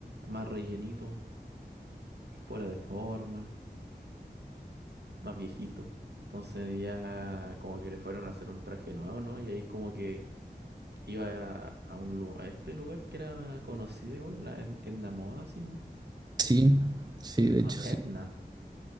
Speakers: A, on the right; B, on the right.
A: más rellenito, fuera de forma, más viejito. Entonces ya como que le fueron a hacer un traje nuevo, ¿no? Y ahí como que iba a, a un lu- a este lugar que era conocido igual, la Ed- Edna Moda, así, ¿no?
B: Sí, sí, de hecho
A: A Edna,
B: sí.